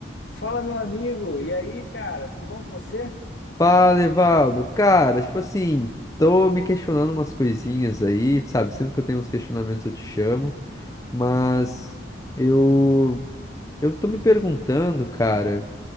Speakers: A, on the left (about 70°); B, on the left (about 15°).
A: Fala, meu amigo. E aí, cara, tudo bom com você?
B: Fala, Evaldo. Cara, tipo assim, tô me questionando umas coisinhas aí, tu sabe? Sempre que eu tenho uns questionamentos eu te chamo, mas eu eu tô me perguntando, cara,